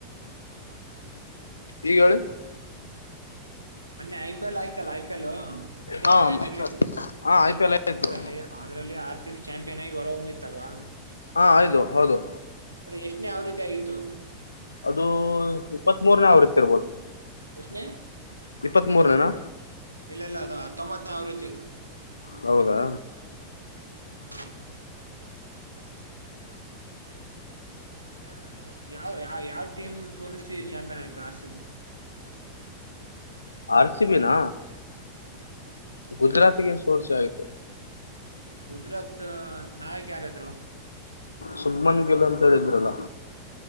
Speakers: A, on the left; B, on the right.
A: ಈಗ ಹೇಳು
B: ಮೊನ್ನೆ ಐ ಪಿ ಎಲ್ ಆಯ್ತಲ್ಲಾ ಐ ಪಿ ಎಲ್ ಇಂಡಿಯನ್
A: ಹಾ
B: ಪ್ರೀಮಿಯರ್
A: ಐಪಿಎಲ್
B: ಲೀಗು
A: ಹಾ ಐ ಪಿ ಎಲ್ ಆಯ್ತು
B: ಅ್ರಲ್ಲಿ ಅದ್ರಲ್ಲಿ ಆರ್ ಸಿ ಚಾಂಪಿಯನ್ ಆಗಿ ಹೊರ ಹೊಮ್ಮ್ಿರ್ತ್ತಲ್ವಾ <unintelligible>
A: ಹಾ ಆಯು ಹೌದು
B: ಎಷ್ಟನೇ ಯಾವ ರೀತಿ ಆಗಿತ್ತು
A: ಅದು ಇಪ್ಪತ್ತ್ ಮೂರನೇ ಅವ್ರತ್ತ ಇರ್ಬೋದು
B: ಎಷ್ಣ
A: ಇಪ್ಪತ್ತ್ ಮೂರನೇನಾ
B: ಇಲ್ಲ ಇಲ್ಲ ಅದ ಹತ್ತೊಂಬತ್ತನೇ ಅವರುತ್ತಿ
A: ಹೌದಾ
B: ಹ್ಮ್ ಅಂದ್ರೆ ಅದ್ರ ಯಾವ ಯಾವ ಯಾವ್ ಟೀಮ್ ಸೋಲ್ಸಿ ಚಾಂಪಿಯನ್ ಆಯತು ಆರ್ಸಗ
A: ಆರ್‌ಸಿಬಿ ನಾ
B: ಹ್ಮ
A: ಗುಜರಾತ್ಗೆ ಸೋರ್ಸ್ ಆಯ್ತು
B: ಗುಜರಾತ್ ನಾಯಕ್ ಯಾರಾದ್ರು
A: ಸುಬ್್ಮನ್ <unintelligible> ಗಿಲ ಅಂತ ಹೇಳಿದ್ರಲ್ಲ